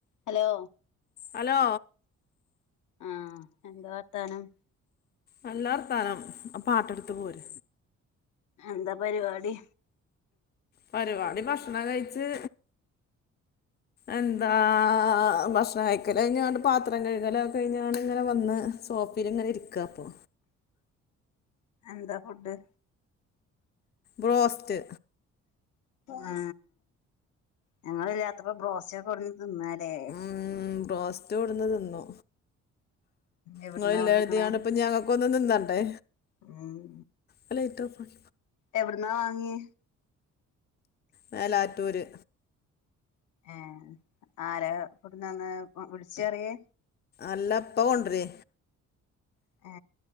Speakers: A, on the left; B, on the left.
A: ഹലോ
B: ഹലോ
A: ആഹ്എന്താ വർത്താനം.
B: നല്ലവർത്താനംആ പാട്ടെടുത്ത് പോര്.
A: എന്താ പരിപാടി.
B: പരിപാടി ഭക്ഷണം കഴിച്ച്. എന്താ ഭക്ഷണം. ക്കൽ കഴിഞ്ഞാണ്ട് പാത്രം കഴുകലൊക്കെ കഴിഞ്ഞണ് ഇങ്ങനെ വന്ന് സോഫീല് ഇങ്ങനെ ഇരിക്കപ്പോ.
A: എന്താ ഫുഡ്?
B: ബ്രോസ്റ്റ്.
A: ആ ഞങ്ങില്ലാത്തപ്പോ ബ്രോസ്റ്റൊക്കെ കൊണ്ടന്ന് തിന്നാലേ.
B: ഉ ബോസ്റ്റ് കൊടന്ന് തിന്നു
A: എവിട്ന്നാ
B: നിങ്ങളില്ല
A: കൊട്ന്ന്ക്ക്ണ്
B: കെർതീങ്ങാണ്ട് ഇപ്പഞ്ഞി ഞങ്ങ. ഇപ്പൊന് തിന്നണ്ടേ.
A: ഉം
B: ആലൈറ്റ് ഓഫാക്കും.
A: എവിടന്നാ വാങ്ങിയ.
B: മേലാറ്റൂര്.
A: ഏ ആരാ കൊടുന്നന്ന് വിളിച് പറയേ.
B: അല്ല ഇപ്പ കൊണ്ട രേ.
A: ആ